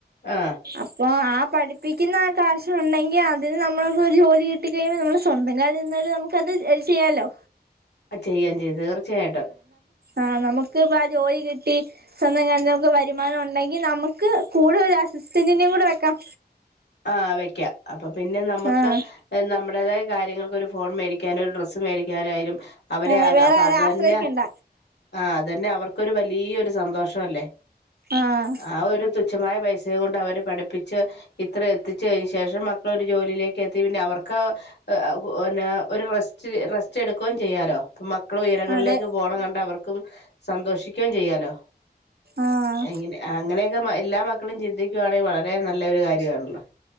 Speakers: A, on the left; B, on the right.
A: ആഹ്
B: അപ്പൊ ആഹ് പഠിപ്പിക്കുന്ന ആഹ് കാശൊണ്ടെങ്കി അതിന് നമ്മൾക്ക് ഒരു ജോലി കിട്ടി കഴിയുമ്പോ നമ്മള് സ്വന്തം കാലി നിന്നാലും നമുക്കത് അത് ചെയ്യാലൊ
A: അ ചെയ്യാം ചെയ്യാം തീർച്ചയായിട്ടും
B: ആ നമുക്കിപ്പാ ജോലി കിട്ടി സ്വന്തം കാലി മക്ക് വരുമാനം ഒണ്ടെങ്കിൽ നമക്ക് കൂടെ ഒരു അസിസ്റ്റന്റിനേം കൂടെ വെക്കാം
A: ആ വെയ്ക്കാം അപ്പൊ പിന്നെ നമ്മക്ക്
B: ആഹ്
A: ഏ നമ്മടേതായ കാര്യങ്ങൾക്ക് ഒരു ഫോൺ മേടിക്കാനോ ഒരു ഡ്രസ്സ് മേടിക്കാനോയാലും അവരെ
B: അതെ
A: അത്
B: വേറെ
A: അപ്പൊ
B: ആരെ
A: അതന്നെ
B: ആശ്രയിക്കണ്ട
A: ആ അതന്നെ അവർക്കൊരു വലിയൊരു സന്തോഷല്ലേ
B: ആ
A: ആ ഒരു തുച്ഛമായ പൈസേം കൊണ്ട് അവര് പഠിപ്പിച്ച് ഇത്രേം എത്തിച്ച് അയിന് ശേഷം മക്കളൊരു ജോലിയിലേക്ക് എത്തി പിന്നെ അവർക്ക് എ അ ഒ പിന്നെ ഒരു റെസ്റ്റ് റെസ്റ്റെടുക്കുവെം ചെയ്യാലൊ മക്കളുയരങ്ങളിലേക്ക്
B: അതെ
A: പോണ കണ്ട് അവർക്കും സന്തോഷിക്കുവെ ചെയ്യാലോ
B: ആഹ്
A: എങ്ങിനെ അങ്ങനെയൊക്കെ എല്ലാ മക്കളും ചിന്തിക്കുവാണെ വളരേ നല്ലൊരു കാര്യവാണല്ലോ